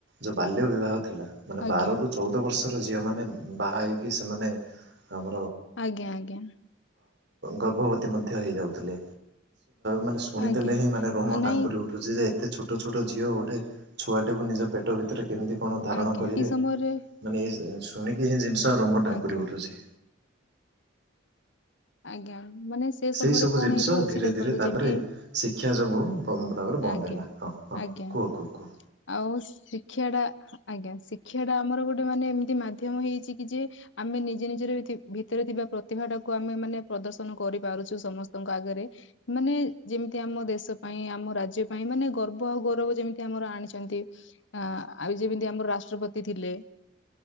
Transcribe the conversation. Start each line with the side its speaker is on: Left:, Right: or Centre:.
Right: ଯୋଉ ବାଲ୍ୟ ବିବାହ ଥିଲା ମାନେ
Left: ଆଜ୍ଞା
Right: ବାର ରୁ ଚଉଦ ବର୍ଷର ଝିଅ ମାନେ ବାହା ହେଇକି ସେମାନେ ଆମ
Left: ଆଜ୍ଞା ଆଜ୍ଞା।
Right: ଗର୍ଭବତୀ ମଧ୍ୟ ହେଇଯାଉଥିଲେ। ମାନେ ଶୁଣିଦେଲେ
Left: ଆଜ୍ଞା
Right: ହିଁ ମାନେ ରୋମ
Left: ଆ, ନାଇଁ
Right: ଟାଙ୍କୁରି ଉଠୁଛି ଯେ ଏତେ ଛୋଟ ଛୋଟ ଝିଅ ଗୋଟେ ଛୁଆଟେ କୁ ନିଜ ପେଟ ଭିତରେ କେମିତି କଣ ଧାରଣ
Left: ଆଜ୍ଞା
Right: କରିବେ
Left: ଏଇ ସମୟରେ
Right: ମାନେ ଏଇ ଶୁଣିକି ହିଁ ଜିନିଷ ରୋମ ଟାଙ୍କୁରି
Left: ଆଜ୍ଞା
Right: ଉଠୁଛି।
Left: ଆଜ୍ଞା ମାନେ ସେ ସମୟରେ
Right: ସେଇ ସବୁ
Left: କଣ
Right: ଜିନିଷ
Left: ହେଇଥାଉଛି
Right: ଧୀରେ
Left: ଦେଖନ୍ତୁ
Right: ଧୀରେ ତାପରେ
Left: ଯେମିତି
Right: ଶିକ୍ଷା ଯୋଗୁ ପୁରାପୁରି ବନ୍ଦ।
Left: ଆଜ୍ଞା
Right: ହେଲା ହଁ ହଁ
Left: ଆଜ୍ଞା
Right: କୁହ କୁହ କୁହ
Left: ଆଉ। ଶିକ୍ଷା ଟା ଆଜ୍ଞା ଶିକ୍ଷା ଟା ଆମର ଗୋଟେ ମାନେ ଏମିତି ମାଧ୍ୟମ ହେଇଛି କି ଯେ ଆମେ ନିଜେ ନିଜ <unintelligible> ଭିତରେ ଥିବା ପ୍ରତିଭା ଟାକୁ ଆମେ ମାନେ ପ୍ରଦର୍ଶନ କରିପାରୁଛୁ ସମସ୍ତଙ୍କ ଆଗରେ ମାନେ ଯେମିତି ଆମ ଦେଶ ପାଇଁ ଆମ ରାଜ୍ୟ ପାଇଁ ମାନେ ଗର୍ବ ଆଉ ଗୌରବ ଯେମିତି ଆମର ଆଣିଛନ୍ତି ଆ ଆଉ ଯେମିତି ଆମର ରାଷ୍ଟ୍ରପତି ଥିଲେ। <inaudible>